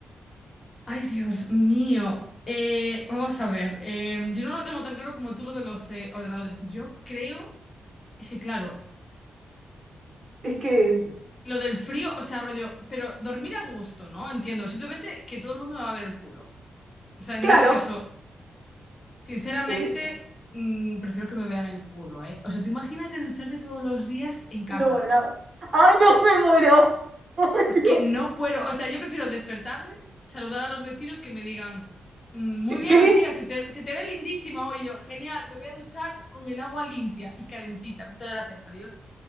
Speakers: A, on the left; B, on the right.
A: Ay, Dios mío. Eh, vamos a ver. eh, yo no lo tengo tan claro como tú lo de los eh, ordenadores. Yo creo. Es que, claro,
B: Es que,
A: lo del frío, o sea, rollo. Pero dormir a gusto, ¿no? Entiendo. Simplemente que todo el mundo me va a ver el culo. O sea, entiendo
B: claro,
A: que eso, sinceramente,
B: eh,
A: mm, prefiero que me vean el culo, ¿eh? O sea, tú imagínate ducharte todos los días en caca.
B: no, no. ¡Ay, no, me muero! <laughs> ¡Ay,
A: Es que
B: Dios!
A: no puedo, o sea, yo prefiero despertarme, saludar a los vecinos que me digan, "Mm, muy bien,
B: ¡Qué,
A: Antía,
B: lindo!
A: se te, se te ve lindísima hoy. Y yo, genial, me voy a duchar con el agua limpia y calentita. Muchas gracias, adiós.